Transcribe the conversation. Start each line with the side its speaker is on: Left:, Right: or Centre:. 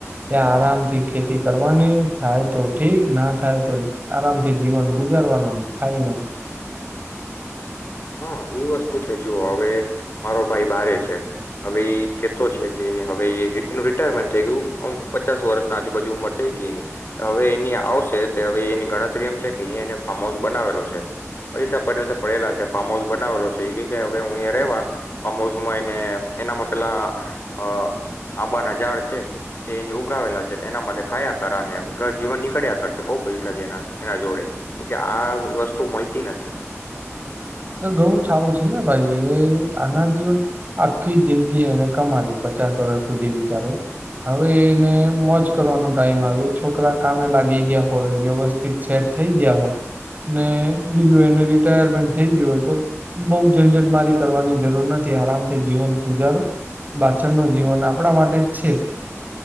Right: ત્યાં આરામ થી ખેતી કરવાની થાય તો ઠીક ના થાય તો આરામથી જીવન ગુજારવાનુંને ખાયને
Left: હા એ વસ્તુ છે જુ હવે મારો ભાઈ બારે છે હવે એ કેતો છે કે હવે એનું રિટાયરમેન્ટ થઈ ગયું પચાસ વર્ષના આજુબાજુ ઉંમર થઈ ગઈ એની હવે એની આવશે હવે એની ગણતરી એમ છે કે અહીયા એને ફાર્મ હાઉસ બનાવેલો છે પૈસા પડેલા છે ફાર્મ હાઉસ બનાવેલો છે એ કે હવે હું એ રેવા ફાર્મ હાઉસમાં એને એનામાં પેલા અ આંબાના ઝાડ છે તે એને ઉગાવેલા છે એના માટે ખાયા કરાને એમ જીવન નીકળ્યા કરશે બહુ પૈસા છે એના જોડે આ વસ્તુ મળતી નથી
Right: ઘણું સારું છે ને ભાઈ એ આના જીવન આખી જિંદગી એને કમાયું પચાસ વર્ષ સુધી બિચારો હવે એને મોજ કરવાનો ટાઈમ આવ્યો છોકરા કામે લાગી ગયા હોય વ્યવસ્થિત સેટ થઈ ગયા હોય ને બીજું એને રિટાયરમેન્ટ થઈ ગયું હોય તો બહ ઝંઝટ મારી કરવાની જરૂર નથી આરામથી જીવન ગુજારો પાછળ નો જીવન આપણા માટે જ છે